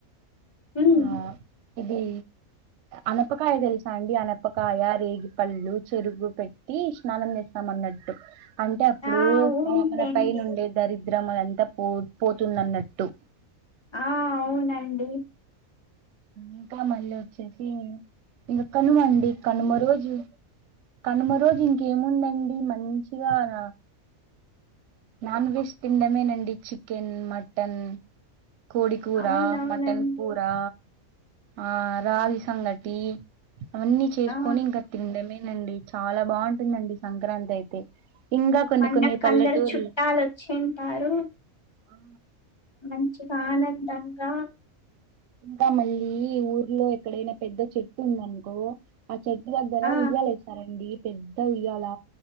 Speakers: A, on the left (about 30°); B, on the right (about 65°).
A: ఉమ్
B: ఆ ఇది అనపకాయ తెల్సా అండి అనప కాయ, రేగి పళ్ళు, చెరుగు పెట్టి స్నానం చేస్తాం అన్నట్టు అంటే ఇప్పుడు
A: ఆ అవునులేండి
B: మనకు పై నుండే దరిద్రం మంతా పో పోతుందన్నట్టు
A: ఆ అవునండి
B: ఇంకా మళ్ళ వచ్చెసి ఇంక కనుమ అండి కనుమ రోజు కనుమ రోజు ఇంకేముందండి మంచిగాన నాన్ వెెజ్ తిండమే నండి చికెన్ మటన్ కోడి కూరా
A: అవునవునండి
B: మటన్ కూరా ఆ రాగి సంగటి అవన్నీ చేసుకొని
A: ఆ
B: ఇంకా తిండ మే అండి చాలా బాగుంటుందండి సంక్రాంతి అయితే ఇంకా కొన్ని
A: పండకు
B: కొన్ని పల్లెటూర్లు
A: అందరు చుట్టాలు వచ్చింటారు
B: ఆ
A: మంచిగా ఆనందంగా
B: చింకా మల్ ది ఈ ఊర్లో ఎక్కడైనా పెద్ద చెట్టు ఉంద అనుకో చెట్ దగ్గర
A: ఆ
B: ఊయల వేసారండి పెద్ద ఊయ్యాల